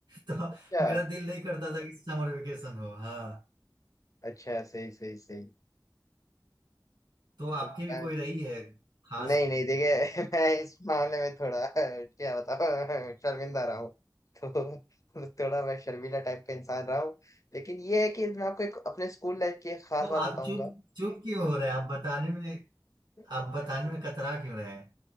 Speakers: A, on the right; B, on the left.
A: <laughs> तो
B: अच्छा
A: मेरा दिल नहीं करता था कि समर वेकेशन हो हाँ
B: अच्छा सही सही सही
A: तो
B: तो
A: आपकी भी
B: मैं
A: कोई रही है खास
B: नहीं नहीं देखिए <laughs> मैं इस मामले में थोड़ा <laughs> क्या बताऊं <laughs> शर्मिंदा रहा हूँ तो <laughs> थोड़ा मैं शर्मीला टाइप का इंसान रहा हूँ लेकिन ये है कि मैं आपको एक अपने स्कूल लाइफ की एक खास
A: तो
B: बात
A: आप
B: बताऊंगा
A: चुप चुप क्यों हो रहे हैं आप बताने में
B: नहीं
A: आप बताने
B: नहीं
A: में कतरा क्यों रहे हैं